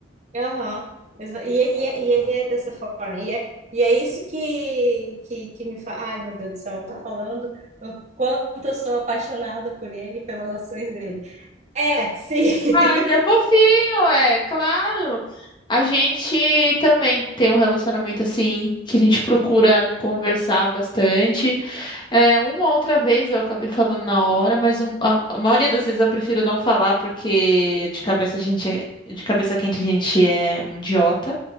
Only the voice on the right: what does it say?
aham. Exa- E ele é, e ele é dessa forma. E é, e é isso que, que, que me faz. Ai, meu Deus do céu, eu tô falando o quanto eu sou apaixonada por ele, pelas ações dele. É, sim. <laughs>